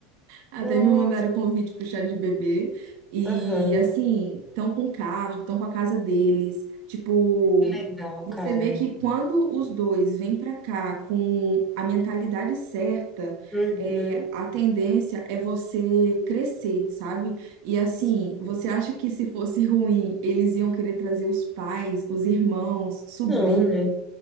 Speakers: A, on the right; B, in the centre.
A: até
B: Nossa.
A: me mandaram o convite pro chá de bebê. E
B: Aham.
A: assim, estão com o carro, estão com a casa deles. Tipo,
B: Que legal,
A: você
B: cara.
A: vê que quando os dois vêm pra cá com a mentalidade certa,
B: Uhum.
A: é, a tendência é você crescer, sabe? E assim,
B: Sim.
A: você acha que se fosse ruim, eles iam querer trazer os pais, os irmãos, sobrinhos,
B: Não, né?